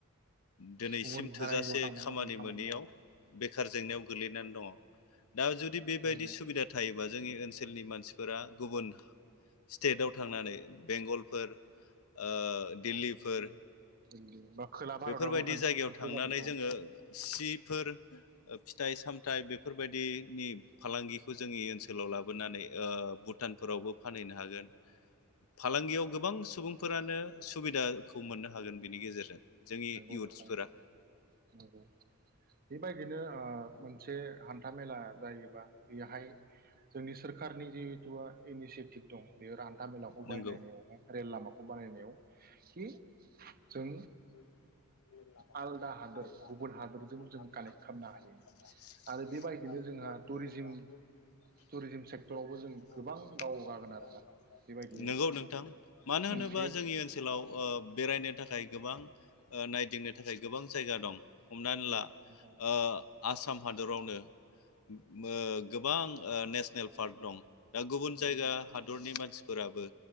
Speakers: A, on the left; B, on the right.
A: दिनैसिम
B: गुबुनहा
A: थोजासे
B: रायजोआव थांनांगौ जायो खामानि
A: मोनैयाव
B: मावनो।
A: बेखार जेंनायाव गोलैनानै दङ। दा जुदि बेबायदि
B: नंगौ
A: सुबिदा थायोबा जोंनि ओनसोलनि मानसिफोरा गुबुन स्टेदाव थांनानै बेंगलफोर ओ दिल्लीफोर
B: दिल्ली बा खोला भारतावनो
A: बेफोरबायदि
B: होन
A: जायगायाव
B: बेफोरबादि
A: थांनानै
B: औ
A: जोङो सिफोर फिथाइ सामथाइ बेफोरबायदि नि फालांगिखौ जोंनि ओनसोलाव लाबोनानै ओ भु टानफोरावबो फानहैनो हागोन। फालांगियाव गोबां सुबुंफोरानो सुबिदाखौ मोननो हागोन बिनि गेजेरजों जोंनि
B: नोंगौ
A: इयुथ्सफोरा
B: नोंथां नोंगौ बेबाय दिनो ओ मोनसे हान्था मेला जायोबा बेहाय जोंनि सोरखारनि जिहेथु इनिसियेटिभ दं बेयो हान्था मेलाखौ बायनायनायावहाय
A: नोंगौ
B: रेल लामाखौ बानायनायाव कि जों
A: <inaudible> नोंगौ
B: आलदा हादोर गुबुन हादोरजों जों कानेक्ट खालामनो हायो आरो बेबायदिनो जोंहा टुरिजिम टुरिजिम सेक्टरावबो जों गोबां दावगागोन आरोना बेबायदियै
A: नोंथां मानो होनोबा
B: बे
A: जोंनि ओनसोलाव ओ बेरायनो थाखाय ओ नायदिंनो थाखाय गोबां जायगा दं हमनानै
B: औ
A: ला
B: नोंथां
A: ओ आस साम हादरावनो मो गोबां नेसनेल पार्क दं दा गुबुन जायगा
B: नंगौ
A: हादरनि मानसि फोराबो